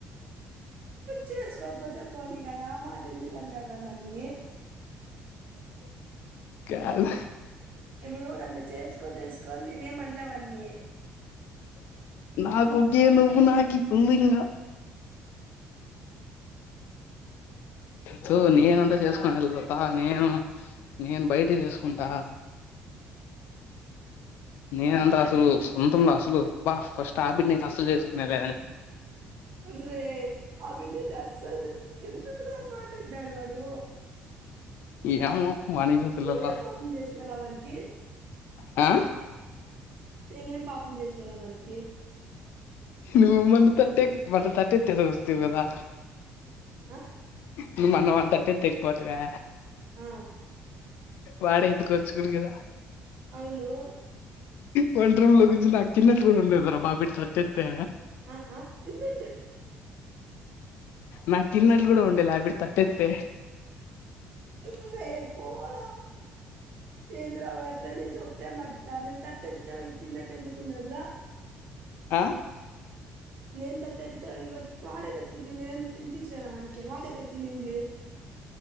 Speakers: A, on the right; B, on the left.
A: చేసుకోకపోతే పోనీ కదా ఆ మాట ఎందుకు అంటావ్ టారా నన్ని
B: కాలే
A: ఇప్పుడు నన్ను చేసుకో చేసుకో నేనేం అన్లే వాణ్ణి
B: నాకు ఒకే నువ్వు నాకి ఉంది ఇంగా తో నేను వంట చేసుకొని వేల్లప్ప నేను నేను బయట చేసుకుంటా నేనంతా అసలు సొంతంలో అసలు బా ఫస్ట్ ఆ బిడ్డనైతే అస్సలు చేసుకునేదే అని
A: అరే ఆ బిడ్డనైతే అస్సలు చేసుకో ఎందుకు దాని మాట వింటాడు వాడు
B: ఏమో వానికే పిల్లల
A: నేనేం పాపం చేసినారా వానికి
B: హా
A: నేనేం పాపం చేసినారా వానికి
B: నువ్ మొన్న తటేక్ వాటి తట్టేఎతేసి వస్తివి కదా
A: ఆ
B: నువ్ మన్న వాని తట్టెతేకి పోతివా
A: ఆ
B: వాడే ఎత్తుకొచ్చుకును కదా
A: అవును
B: వంట రూమ్ లో కూర్చొని నాకు తిన్నట్లు కూడా ఉండ్లేదురా బాబు ఇట్టతే
A: ఆ ఆ తిన్నట్టు
B: నాకు తిన్నట్లు కూడా ఉండేలా అవిడ తట్టేతే
A: ఒరేయ్ పోడా ఏందిరా వాడు అట్లనేశా డే మడ్తానిల్ తట్టేతితే వానికి తిన్నట్టు ఎందుకు ఉండదు రా
B: ఆ
A: నేను తట్టేతితే వానికి వాడే కదా తినింది నేనేమన్నా తినిపించిన నా వానికి వాడే గే తినింది